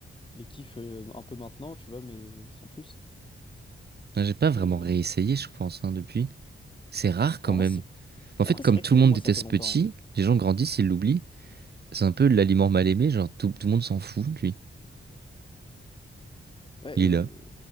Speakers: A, on the left; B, on the right.
A: les kiffent euh, un peu maintenant, tu vois, mais sans plus.
B: Non, J'ai pas vraiment
A: Mais
B: réessayé, je pense, hein, depuis. C'est rare quand
A: en
B: même.
A: vrai, c'est.
B: En
A: Après,
B: fait, comme
A: c'est vrai
B: tout
A: que
B: le
A: même
B: monde
A: moi,
B: déteste
A: ça fait longtemps.
B: Petit, les gens grandissent, ils l'oublient. C'est un peu l'aliment mal aimé, genre tout, tout le monde s'en fout de lui.
A: hein. Ouais,
B: Il est
A: et,
B: là.